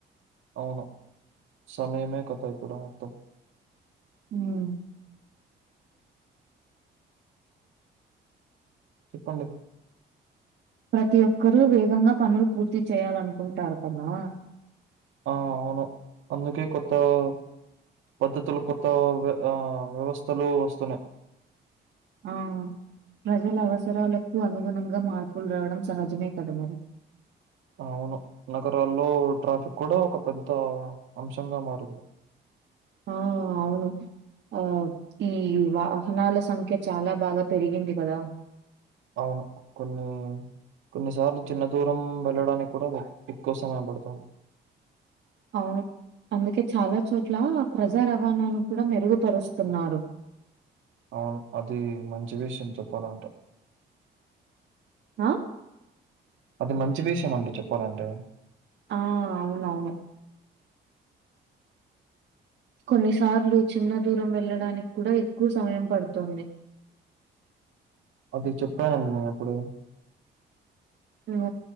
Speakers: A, on the right (about 80°); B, on the right (about 65°).
A: అవును. సమయమే కథ ఇప్పుడు మొత్తం
B: ఆ <inaudible>
A: చెప్పండి.
B: ప్రతి ఒక్కరు వేగంగా పనులు పూర్తి చేయాలనుకుంటారు కదా!
A: ఆ అవును. అందుకే కొత్త గా పద్ధతులు కొత్త ఆ వ్యవస్థలు వస్తున్నాయి.
B: ఆ ప్రజల అవసరాలకు అనుగుణంగా మార్పులు రావడం సహజమే కద మరి.
A: అవును. నగరాల్లో ట్రాఫిక్ కూడా ఒక పెద్ద అంశంగా మారింది.
B: ఆ అవును. ఆ ఈ వాహనాల సంఖ్య చాలా బాగా పెరిగింది కదా!
A: అవును. కొన్ని కొన్నిసార్లు చిన్న దూరం వెళ్ళడానికి కూడ ఎక్కువ సమయం పడుతుంది.
B: అవును. అందుకే చాలా చోట్ల ప్రజా రవాణాను కూడా మెరుగుపరుస్తున్నారు.
A: అవును. అది మంచి విషయం చెప్పాలంటే
B: ఆ
A: అది మంచి విషయం అండి చెప్పాలంటే
B: ఆ అవునవును. కొన్నిసార్లు చిన్న దూరం వెళ్లడానికి కూడా ఎక్కువ సమయం పడుతుంది.
A: అది చెప్పానండి నేను అప్పుడు
B: ను